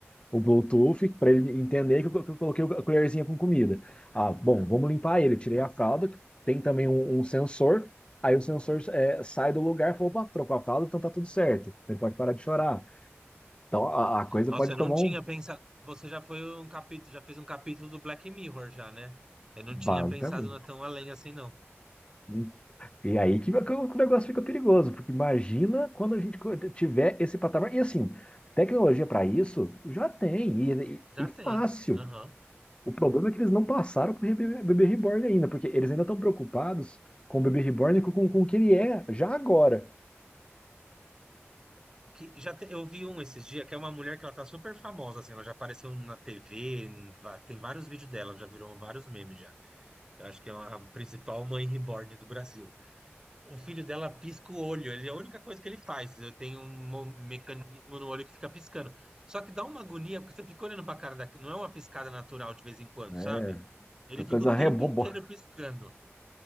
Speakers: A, on the left; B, on the right.
A: o Bluetooth para ele entender que eu, que eu coloquei a colherzinha com comida. Ah, bom, vamos limpar ele. tirei a fralda, tem também um, um sensor. Aí o sensor é, sai do lugar e fala, opa, trocou a fralda, então tá tudo certo. Ele pode parar de chorar. Então a, a coisa
B: Nossa,
A: pode
B: eu
A: tomar
B: não tinha
A: um
B: pensado. Você já foi um capítulo, já fez um capítulo do Black Mirror, já, né? Eu não tinha
A: basicamente.
B: pensado na tão além assim, não.
A: E, e aí que, que o que o negócio fica perigoso, porque imagina quando a gente tiver esse patamar. E assim, tecnologia para isso já tem, e, e
B: Já
A: e fácil.
B: tem. Aham.
A: O problema é que eles não passaram pro Bebê Bebê Reborn ainda, porque eles ainda estão preocupados com o Bebê Reborn e com, com, o que ele é já agora.
B: Que já te- eu vi um esses dias, que é uma mulher que ela tá super famosa, assim, ela já apareceu na TV, em va- tem vários vídeos dela, já virou vários memes já. Eu acho que é a principal mãe reborn do Brasil. O filho dela pisca o olho, ele é a única coisa que ele faz. Eu tenho um mo- mecanismo no olho que fica piscando. Só que dá uma agonia, porque você fica olhando pra cara da... Não é uma piscada natural de vez em quando,
A: Né?
B: sabe? Ele
A: Uma Coisa
B: fica o
A: rebobo.
B: tempo inteiro
A: <laughs>
B: piscando.